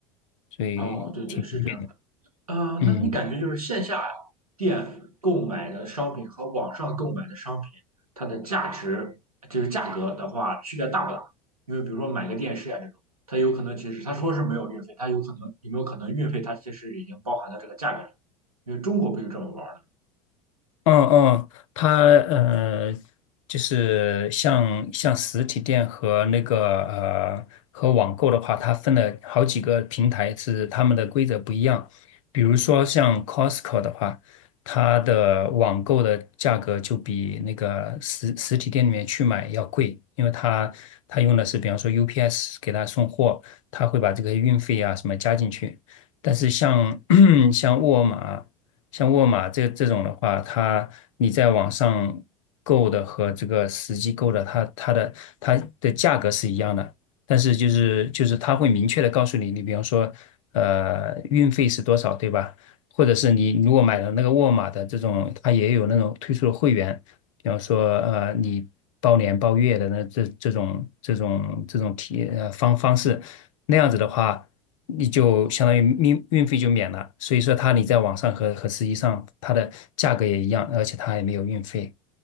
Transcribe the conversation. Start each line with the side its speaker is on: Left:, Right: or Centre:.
Left: 所以挺方便的。
Right: 哦，对对，是这样。呃，
Left: 嗯。
Right: 那你感觉就是线下店购买的商品和网上购买的商品，它的价值就是价格的话，区别大不大？因为比如说买个电视啊这种，它有可能其实他说是没有运费，它有可能有没有可能运费它其实已经包含到这个价格里？因为中国不就这么玩儿的？
Left: 嗯嗯，它呃，就是像像实体店和那个呃和网购的话，它分了好几个平台，是他们的规则不一样。比如说像 Costco 的话，它的网购的价格就比那个实实体店里面去买要贵，因为它它用的是比方说 UPS 给他送货，他会把这个运费啊什么加进去。但是像 <clears throat> 像沃尔玛。像沃尔玛这这种的话，它你在网上购的和这个实际购的，它它的它的价格是一样的，但是就是就是它会明确的告诉你，你比方说，呃，运费是多少，对吧？或者是你如果买了那个沃尔玛的这种，它也有那种推出的会员，比方说呃，你包年包月的那这这种这种这种体呃方方式，那样子的话。你就相当于运运费就免了。所以说，它你在网上和和实际上它的价格也一样，而且它还没有运费。